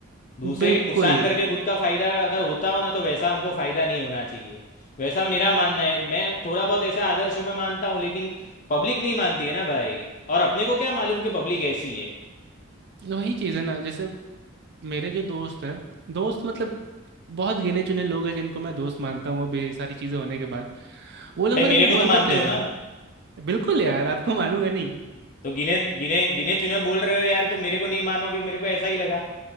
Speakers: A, on the left; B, on the right.
A: दूसरे
B: बिल्कुल
A: के नुकसान करके खुद का फायदा अगर होता हो ना तो वैसा हमको फायदा नहीं होना चाहिए वैसा मेरा मानना है मैं थोड़ा बहुत ऐसे आदर्शों में मानता हूँ लेकिन पब्लिक नहीं मानती है ना भाई और अपने को क्या मालूम कि पब्लिक ऐसी है
B: वही चीज़ है ना जैसे मेरे जो दोस्त है दोस्त मतलब बहुत गिने चुने लोग हैं जिनको मैं दोस्त मानता हूँ वो भी सारी चीज़ें होने के बाद वो लोग
A: भाई
B: मेरे
A: मेरे
B: को
A: को तो
B: बोलते
A: मानते
B: थे
A: हो ना
B: बिल्कुल यार आपको मानूंगा नहीं
A: तो गिने गिने गिने चुने बोल रहे हो यार तो मेरे को नहीं मानोगे मेरे को ऐसा ही लगा